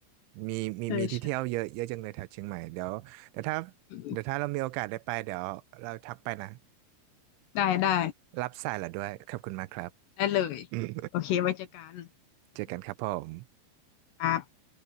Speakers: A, on the right (about 80°); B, on the left (about 70°).
A: มีมีมีที่เที่ยวเยอะเยอะจังเลยแถวเชียงใหม่เดี๋ยวเดี๋ยวถ้า
B: ใช่ใช่อืม
A: เดี๋ยวถ้าเรามีโอกาสได้ไปเดี๋ยวเราทักไปนะ
B: ได้ได้
A: รับสายละด้วยขอบคุณมากครับ
B: ได้เลย
A: <laughs> อืม
B: โอเคไว้เจอกัน
A: เจอกันครับผม
B: ครับ